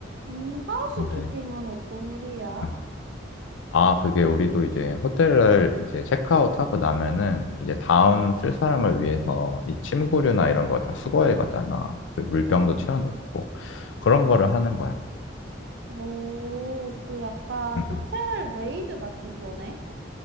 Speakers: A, on the right; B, on the left.
A: 음, 하우스키핑은
B: 근데
A: 어떤 일이야?
B: 응. 아, 그게 우리도 이제 호텔을 이제 체크아웃하고 나면은 이제 다음 쓸 사람을 위해서 이 침구류나 이런 걸 다 수거해 가잖아. 그 물병도
A: 응.
B: 채워놓고 그런 거를 하는 거야.
A: 오, 그 약간
B: 음,
A: 호텔 메이드 같은 거네?